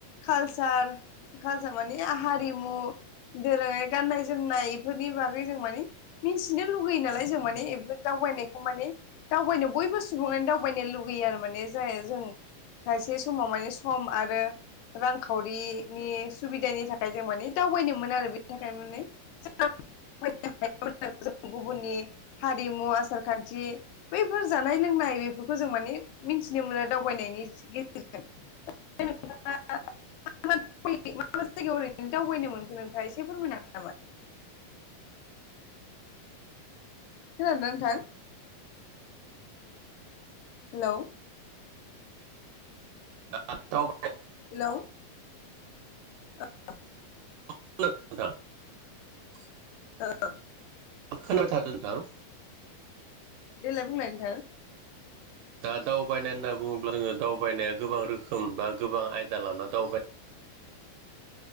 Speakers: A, on the left; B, on the right.
A: कालसार कालसार माने हारिमु दोरोङारि गाननाय जोमनाय बेफोरनि बागै जों माने मिथिनो लुगैयो नालाय जों माने दाउ दावबायनायखौ माने दावबायनो बयबो सुबुङानो दावबायनो लुुबैयो आरो माने जाय‌ जों खायसे समावहाय सम आरो रांखावरिनि सुबिदानि थाखाय जों माने दावबायदोंमोन आरो बेनि थाखाय माने <unintelligible> जों गुबुननि हारिमु आसार खान्थि बैफोर जानाय लोंनाय बेफोरखौ जों माने मिथिनो मोनो दावबायनायनि गेजेरजों बेनिफ्राय नोंथाङा माबे मामा जायगायाव ओरैनो दावबायनो मोनखो नोंथाङा एसे फोरमायनो हागोन नामा। खोनादोंना नोंथां हेलौ
B: <unintelligible>
A: हेलौ <unintelligible>
B: <inaudible>
A: <unintelligible>
B: <inaudible> <unintelligible>
A: देलाय बुंलाय नोंथां
B: दा दावबायनाय होनना बुङोब्ला जोङो दावबायनाया गोबां रोखोम बा गोबां आयदा लाना दावबाय